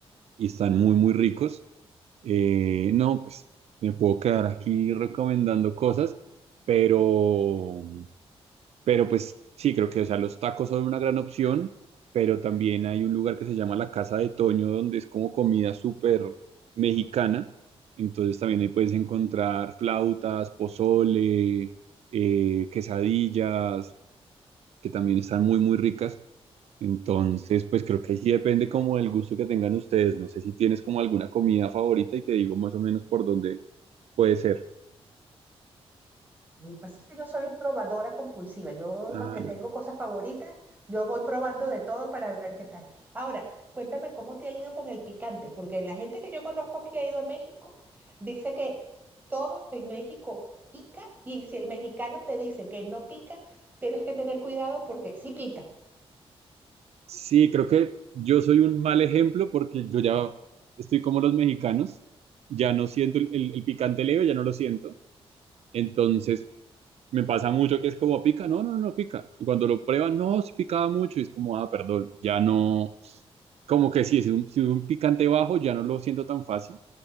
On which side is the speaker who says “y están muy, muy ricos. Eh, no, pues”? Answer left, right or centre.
Right